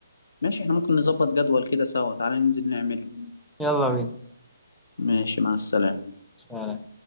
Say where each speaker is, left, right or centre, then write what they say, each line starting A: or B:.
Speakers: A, on the left; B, in the centre.
A: ماشي احنا ممكن نظبط جدول كده سوا تعالى ننزل نعمله
B: يلا بينا
A: ماشي مع السلامة
B: سلام.